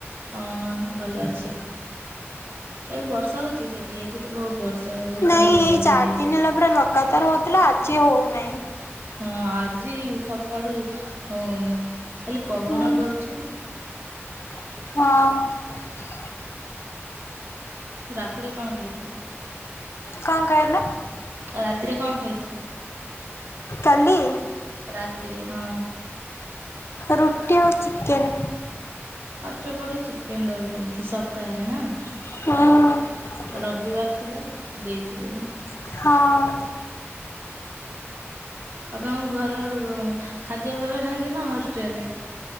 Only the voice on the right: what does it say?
ହଁ ଭଲ ଅଛି ଏ ବର୍ଷା ହଉଛି ସେଠି ଏଠି ତ ବହୁତ ବର୍ଷା। ହଉଥିଲା
ବନ୍ଦ
ହେଇଯାଇଛି।
ହଁ ଆଜି ସକାଡୁ ହଉନି ଖାଲି ପବନ
ଦଉଚି।
ରାତିରେ କଣ ଖାଇଥିଲେ?
ଆଉ ରାତିରେ କଣ ଖାଇଥିଲି?
ରାତିିରେ ହଁ।
ଅଷ୍ଟ ପଡି ଚିକେନ ଦଉଚନ୍ତି ସପ୍ତାହରେ ନା।
ରବିବାର ଥିଲା ଦେଇଥିବେ ନା?
ଆପଣଙ୍କ ଘରେ ଖାଦ୍ୟ ଭଲ ନଗେନା ହଷ୍ଟେଲ ରେ?